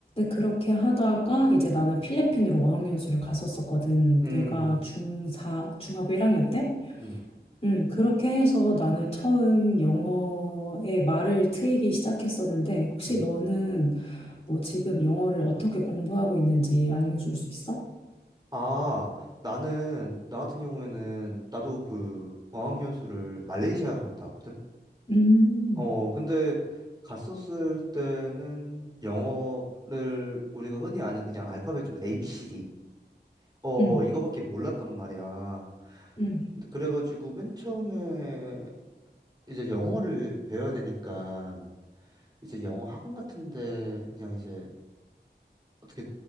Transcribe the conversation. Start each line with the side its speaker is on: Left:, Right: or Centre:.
Left: 그렇게 하다가 이제 나는 필리핀으로 어학연수를 갔었었거든.
Right: 음,
Left: 내가 중4, 중학교 1학년 때?
Right: 음,
Left: 음, 그렇게 해서 나는 처음 영어의 말을 트이기 시작했었는데, 혹시
Right: 음.
Left: 너는 뭐 지금 영어를 어떻게 공부하고 있는지 알려줄 수 있어?
Right: 아, 나는, 나 같은 경우에는, 나도 그, 어학연수를 말레이시아로 갔다 왔거든?
Left: 음,
Right: 어, 근데, 갔었을 때는, 영어를, 우리가 흔히 아는 그냥 알파벳 좀 ABCD, 어,
Left: 음,
Right: 이거밖에 몰랐단 말이야.
Left: 음,
Right: 근데 그래가지고 맨 처음에 이제 영어를 배워야 되니까 이제 영어 학원 같은데 그냥 이제 어떻게